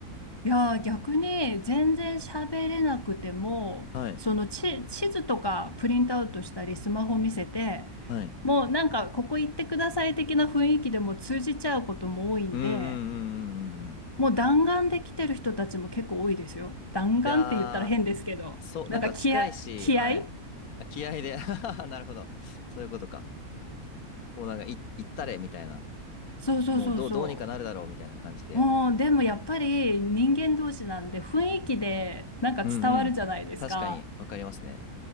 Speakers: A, on the left; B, on the left.
A: いやー、逆に全然喋れなくても、
B: はい。
A: その地、地図とかプリントアウトしたりスマホ見せて、
B: はい。
A: もうなんかここ行ってください的な雰囲気でも通じちゃうことも多いんで、
B: うんうんうんうんうんうん。
A: もう弾丸で来てる人たちも結構多いですよ。弾丸って言ったら変ですけど、
B: いやー、そう、なんか近いし、
A: なんか気合、気合
B: はい。あ気合で <laughs> なるほど。そういうことか。もうなんか、い、行ったれ、みたいな。
A: そうそうそうそ
B: もうどう、どうにかなるだろうみたいな感じで。
A: う。もう、でもやっぱり人間同士なんで雰囲気でなんか伝わるじゃないですか。
B: うんうん。確かにわかりますね。